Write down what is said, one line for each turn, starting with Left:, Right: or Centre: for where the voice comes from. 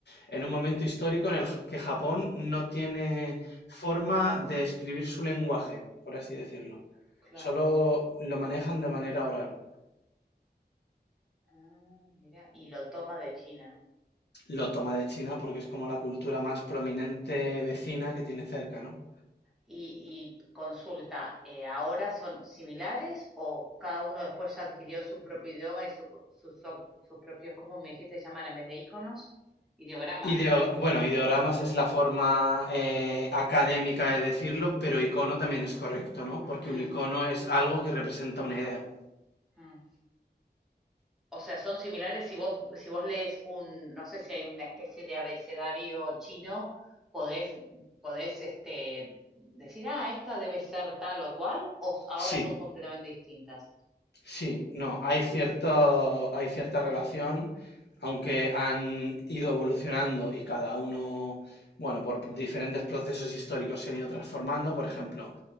Left: en un momento histórico en el que Japón no tiene forma de escribir su lenguaje, por así decirlo.
Centre: claro.
Left: Solo lo manejan de manera oral.
Centre: Ah, mira, y lo toma de China.
Left: Lo toma de China porque es como la cultura más prominente vecina que tiene cerca, ¿no?
Centre: Y, y consulta, eh, ¿ahora son similares o cada uno después ya adquirió su propio idioma y su- sus op- sus propios, ¿cómo me dijiste, llaman en vez de iconos? Ideogramas.
Left: Ideo- bueno, ideogramas es la forma eh, académica de decirlo, pero icono también es correcto, ¿no? Porque
Centre: Mm,
Left: un icono es algo que representa una idea.
Centre: mm. O sea, son similares si vos, si vos lees un, no sé si hay una especie de abecedario chino, podés, podés este, decir, ah, esta debe ser tal o cual, o s- ahora
Left: Sí,
Centre: son completamente distintas.
Left: Sí, no, hay cierto, hay cierta relación, aunque han ido evolucionando y cada uno, bueno, por diferentes procesos históricos se han ido transformando. Por ejemplo,